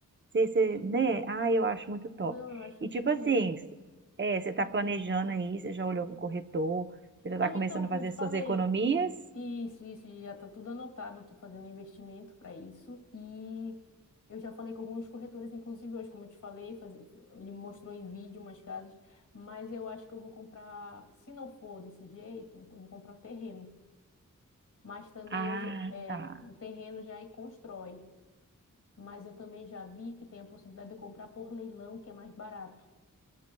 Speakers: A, on the right; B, on the left.
A: você, você, né? Ah, eu acho muito top.
B: Não, eu acho
A: E
B: tudo
A: tipo assim,
B: lindo.
A: é, você tá planejando aí, você já olhou com o corretor, você já
B: Não,
A: tá começando
B: então, como
A: a fazer
B: eu te falei,
A: suas economias?
B: isso, isso, já está tudo anotado, Estou fazendo investimento para isso e eu já falei com alguns corretores, inclusive hoje, como eu te falei, fazer, ele me mostrou em vídeo umas casas, mas eu acho que eu vou comprar, se não for desse jeito, eu vou comprar terreno. Mas também
A: Ah,
B: eu já, é,
A: tá.
B: o terreno já aí constrói, mas eu também já vi que tem a possibilidade de comprar por leilão, que é mais barato,